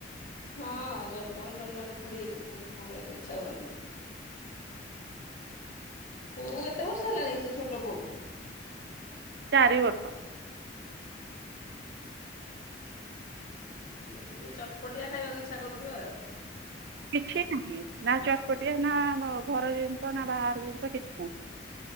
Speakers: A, on the left (about 45°); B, on the right (about 60°).
A: ହଁ ଜନ୍ମରୁ ଜଣ ଜଣେ ପୁଡିୀ ହେଇକି ଥାନ୍ତି ଖାଇବାକୁ ଇଚ୍ଛା କରନ୍ତି। ପୁଅ କୁ କେତେ ବର୍ଷ ହେଲାଣି ସେ ଛୋଟ ପୁଅ କୁ
B: ଚାରି ବର୍ଷ।
A: ବେଶ ଟିକେ ଚଟପଟିଆ ଖାଇବାକୁ ଇଚ୍ଛା କରୁଥିବ ଆଉ।
B: କିଛି ନାହିଁ ନା ଚଟପଟିଆ ନା ଘର ଜିନିଷ ନା ବାହାର ଜିନିଷ କିଛି ନାହିଁ।